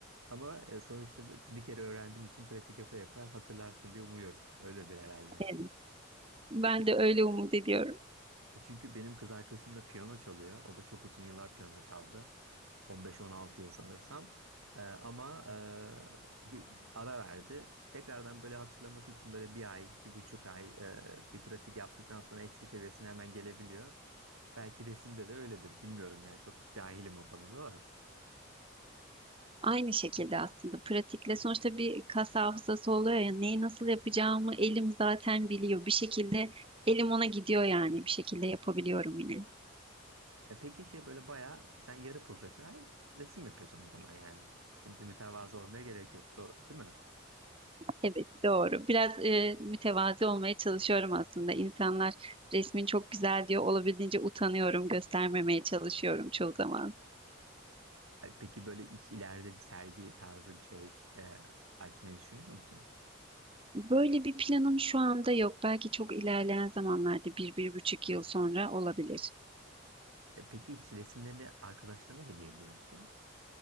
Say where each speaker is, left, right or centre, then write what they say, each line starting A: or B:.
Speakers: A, on the right (about 85°); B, on the right (about 25°).
A: ama e, sonuçta bir kere öğrendiğin için pratik yapa yapa hatırlarsın diye umuyorum. Öyledir herhalde.
B: Evet. Ben de öyle umut ediyorum.
A: Çünkü benim kız arkadaşım da piyano çalıyor. O da çok uzun yıllar piyano çaldı. 15-16 yıl sanırsam. Ee, ama e, bir ara verdi. Tekrardan böyle hatırlaması için böyle bir ay, bir buçuk ay e, bir pratik yaptıktan sonra eski seviyesine hemen gelebiliyor. Belki resimde de öyledir. Bilmiyorum yani çok cahilim o konuda da.
B: Aynı şekilde aslında pratikle sonuçta bir kas hafızası oluyor ya neyi nasıl yapacağımı elim zaten biliyor. Bir şekilde elim ona gidiyor yani bir şekilde yapabiliyorum yine.
A: E peki şey böyle bayağı sen yarı profesyonel resim yapıyorsun o zaman yani. Şimdi mütevazı olmaya gerek yok do- değil mi?
B: Evet, doğru. Biraz e, mütevazi olmaya çalışıyorum aslında. İnsanlar resmin çok güzel diyor. Olabildiğince utanıyorum, göstermemeye çalışıyorum çoğu zaman.
A: E peki böyle hiç ileride bir sergi tarzı bir şey e, açmayı düşünüyor musun?
B: Böyle bir planım şu anda yok. Belki çok ilerleyen zamanlarda bir, bir buçuk yıl sonra olabilir.
A: E peki hiç resimlerini arkadaşlarına hediye ediyor musun?